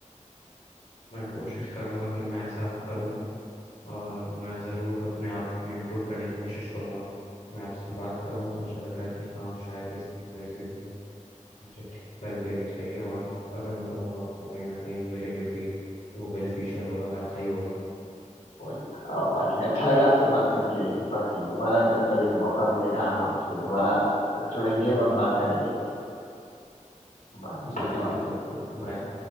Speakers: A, on the left; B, on the left.
A: मैं कोशिश करूँगा कि मैं ऐसा करूँ और मैं ज़रूर अपने आप में इम्प्रूव करने की कोशिश करूँगा मैं आपसे बात कर रहा हूँ तो मुझे लग रहा है कि हाँ शायद ये सारी चीज़ें मुझे ठीक कर देनी चाहिए और अगर मैं करूँगा तो कहीं ना कहीं मेरे लिए भी वो बेनिफिशियल होगा लाभदायी होगा
B: वही अ, बाकी अच्छा लगा आपसे बात करके बाकी दोबारा जब तभी मौका मिलेगा हम आपसे
A: हाँ
B: दोबारा जुड़ेंगे
A: बिल्कुल
B: और बात करेंगे बाकी
A: जी
B: धन्यवाद
A: जी बिल्कुल बाय